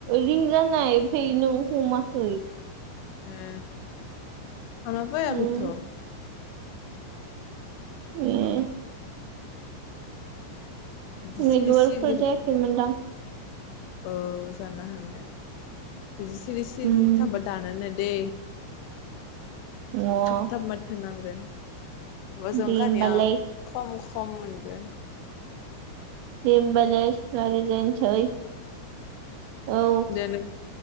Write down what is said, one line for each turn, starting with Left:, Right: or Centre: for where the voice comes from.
Right: रिं जानाय आमफ्राय नों हमाखै
Left: ए आबायखैथ'
Right: उम अ
Left: बिदि सिरि
Right: नेटवार्कफोर
Left: सिरि
Right: जायाखैमोनदां
Left: औ जानो हानो बिदि सिरि सिरि
Right: उम
Left: थाबबा दानोनो दैे
Right: अ
Left: थाब थाब माथो नांगोन बब जजों
Right: दे
Left: खानाया
Right: होमबालाय
Left: खम खम मोनगोन
Right: <unintelligible> औ
Left: दे नों